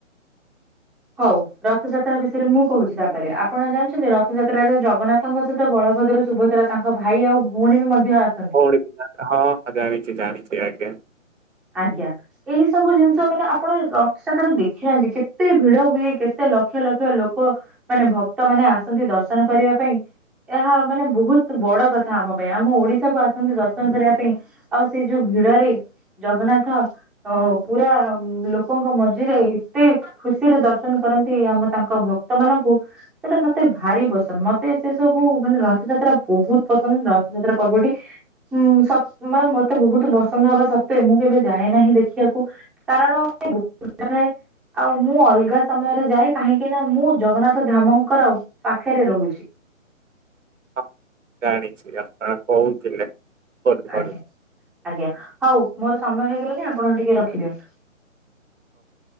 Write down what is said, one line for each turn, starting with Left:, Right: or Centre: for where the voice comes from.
Centre: ହଉ ରଥଯାତ୍ରା ବିଷୟରେ ମୁଁ କହୁଛି ତାପରେ। ଆପଣ ଜାଣିଛନ୍ତି ରଥଯାତ୍ରାରେ ଜଗନ୍ନାଥ- ତାଙ୍କ ସହିତ ବଳଭଦ୍ର ସୁଭଦ୍ରା ତାଙ୍କ ଭାଇ ଆଉ ଭଉଣୀ ବି ମଧ୍ୟ ଆସ୍
Right: ଭଉଣୀକୁ ତ ହଃ ଜାଣିଚି ଜାଣିଚି ଆଜ୍ଞା।
Centre: ଆଜ୍ଞା। ଏହି ସବୁ ଜିନିଷ ମାନେ ଆପଣ ରଥଯାତ୍ରାରେ ଦେଖିନାହାନ୍ତି। କେତେ ଭିଡ ହୁଏ କେତେ ଲକ୍ଷ ଲକ୍ଷ ଲୋକ। ମାନେ ଭକ୍ତମାନେ ଆସନ୍ତି ଦର୍ଶନ କରିବା ପାଇଁ। ଏହା ମାନେ ବହୁତ ବଡ କଥା ଆମ ପାଇଁ ଆମ ଓଡିଶାକୁ ଆସନ୍ତି ଦର୍ଶନ କରିବା ପାଇଁ। ଆଉ ସେଇ ଯୋଉ ଭିଡରେ ଜଗନ୍ନାଥ। ଅ ପୁରା ଲୋକଙ୍କ ମଝିରେ ଏତେ। ଖୁସିରେ ଦର୍ଶନ କରନ୍ତି ଆମେ ତାଙ୍କ ଭକ୍ତ ମାନଙ୍କୁ। ସେଟା ମତେ ଭାରି ପସନ୍ଦ ମତେ ସେସବୁ ମାନେ ରଥଯାତ୍ରା ବହୁତ ପସନ୍ଦ ରଥଯାତ୍ରା ପର୍ବଟି। ହୁଁ ସକ୍ସ ମତେ ବହୁତ ବର୍ଷ ନୁହଁ ଅବଶ୍ୟ। କି ମୁଁ କେବେ ଯାଏ ନାହିଁ ଦେଖିବାକୁ କାରଣ ବହୁତ <unintelligible> ଥାଏ ଆଉ ମୁଁ ଅଲଗା ସମୟରେ ଯାଏ କାହିଁକି ନାଁ ମୁଁ ଜଗନ୍ନାଥଧାମଙ୍କର। ପାଖେରେ ରହୁଛି।
Right: ହଁ ମୁଁ ଜାଣିଛି ଆପଣ କହୁଥିଲେ। ଫୋନ କରୁ
Centre: ଆଜ୍ଞା ଆଜ୍ଞା ହଉ ମୋର ସମୟ ହେଇଗଲାଣିି ଆପଣ ଟିକେ ରଖିଦିଅନ୍ତୁ।
Right: ହ ଉ।